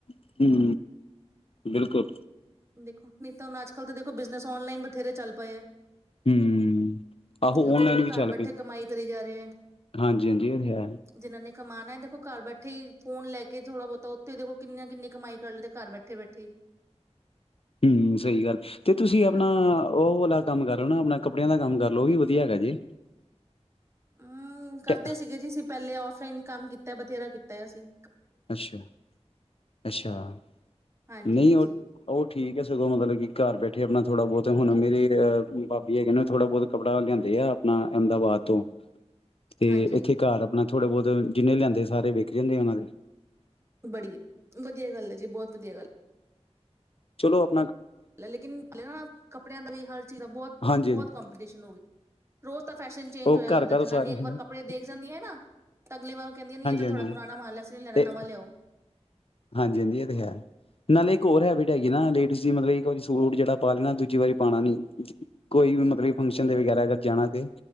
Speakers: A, on the left; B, on the right.
A: ਹੂੰ ਬਿਲਕੁਲ
B: ਦੇਖੋ, ਨਹੀਂ ਤਾਂ ਹੁਣ ਅੱਜ ਕੱਲ ਤਾਂ ਦੇਖੋ ਬਿਜ਼ਨਸ ਔਨਲਾਈਨ ਬਥੇਰੇ ਚੱਲ ਪਏ ਹੈ।
A: ਹੂੰ ਆਹੋ
B: ਲੋਕੀ
A: ਔਨਲਾਈਨ
B: ਦੇਖੋ
A: ਵੀ
B: ਘਰ
A: ਚੱਲ
B: ਬੈਠੇ
A: ਪਏ
B: ਕਮਾਈ ਕਰੀ ਜਾ ਰਹੇ ਹੈ,
A: ਹਾਂਜੀ ਹਾਂਜੀ ਇਹ ਤੇ ਹੈ
B: ਜਿਹਨਾਂ ਨੇ ਕਮਾਨਣਾ ਦੇਖੋ ਘਰ ਬੈਠੇ ਹੀ ਫੋਨ ਲੈ ਕੇ ਥੋੜਾ ਬਹੁਤਾ ਉੱਥੇ ਦੇਖੋ ਕਿੰਨੀਆਂ ਕਿੰਨੀ ਕਮਾਈ ਕਰ ਲੈਂਦੇ, ਘਰ ਬੈਠੇ ਬੈਠੇ ਹੀ।
A: ਹੂੰ, ਸਹੀ ਗੱਲ ਤੇ ਤੁਸੀਂ
B: ਹਨਾ
A: ਆਪਣਾ ਉਹ ਵਾਲਾ ਕੰਮ ਕਰਦੇ ਓ ਹਨਾ ਆਪਣਾ ਕੱਪੜਿਆਂ ਦਾ ਕੰਮ ਕਰ ਲਉ, ਉਹ ਵੀ ਵਧੀਆ ਹੈਗਾ ਜੇ।
B: ਹੂੰ, ਕਰਦੇ
A: ਟੈ
B: ਸੀਗੇ ਜੀ ਅਸੀਂ ਪਹਿਲੇ ਆਫ ਲਾਈਨ ਕੰਮ ਕੀਤਾ ਬਥੇਰਾ ਕੀਤਾ। ਤਾ ਸੀ।
A: ਅੱਛਾ, ਅੱਛਾ
B: ਹਾਂਜੀ
A: ਨਹੀਂ
B: ਹਾਂਜੀ
A: ਉਹ ਉਹ ਠੀਕ ਹੈ, ਸਗੋਂ ਮਤਲਬ ਕਿ ਘਰ ਬੈਠੇ ਆਪਣਾ ਥੋੜ੍ਹਾ ਬਹੁਤ ਤੇ ਹੁਣ ਮੇਰੀ ਅ ਭਾਬੀ ਹੈਗੇ ਨੇ, ਥੋੜਾ ਬਹੁਤ ਕੱਪੜਾ ਲਿਆਂਦੇ ਆ ਆਪਣਾ ਅਹਿਮਦਾਬਾਦ ਤੋਂ ਤੇ
B: ਹਾਂਜੀ
A: ਇੱਥੇ ਘਰ ਆਪਣਾ ਥੋੜੇ ਬਹੁਤ ਜਿੰਨੇ ਲਿਆਂਦੇ ਸਾਰੇ ਵਿਕ ਜਾਂਦੇ ਆ, ਉਹਨਾਂ ਦੇ।
B: ਬੜੀ ਵਧੀਆ ਗੱਲ ਹੈ ਜੀ, ਬਹੁਤ ਵਧੀਆ ਗੱਲ।
A: ਚਲੋ ਆਪ
B: ਲੇਕਿਨ ਹਲੇ ਨਾ ਕੱਪੜਿਆਂ ਦਾ ਵੀ ਹਰ ਚੀਜ਼ ਦਾ ਬਹੁਤ
A: ਹਾਂਜੀ
B: ਬਹੁਤ ਕੰਪੀਟੀਸ਼ਨ ਹੋ ਗਿਆ, ਰੋਜ਼ ਤਾਂ ਫੈਸ਼ਨ ਚੇਂਜ
A: ਉਹ
B: ਹੋਇਆ
A: ਘਰ
B: ਹੁੰਦਾ
A: ਘਰ
B: ਜਨਾਨੀਆਂ
A: ਸਾਰੇ ਹਾਂਜੀ
B: ਇੱਕ ਵਾਰ ਕੱਪੜੇ ਦੇਖ ਜਾਂਦੀਆਂ ਨਾ ਅਗਲੇ ਵਾਰ ਕਹਿੰਦੀਆ ਨਹੀ ਇਹ ਤਾਂ
A: ਹਾਂਜੀ
B: ਥੋੜਾ ਪੁਰਾਣਾ ਮਾਲ ਅਸੀਂ ਨਹੀਂ ਲੈਣਾ
A: ਤੇ
B: ਨਵਾਂ ਲਿਆਉ।
A: ਹਾਂਜੀ ਹਾਂਜੀ, ਇਹ ਤੇ ਹੈ, ਨਾਲੇ ਇੱਕ ਹੋਰ ਹੈਬੀਟ ਹੈਗੀ ਨਾ ਤੁਸੀਂ ਮਤਲਬ ਇੱਕ ਵਾਰੀ ਸੂਟ ਜਿਹੜਾ ਪਾ ਲੈਣਾ ਦੂਜੀ ਵਾਰੀ ਪਾਉਣਾ ਨੀ। ਕੋਈ ਵੀ ਮਤਲਬ ਫੰਕਸ਼ਨ ਦੇ ਵਗੈਰਾ ਅਗਰ ਜਾਣਾ, ਤੇ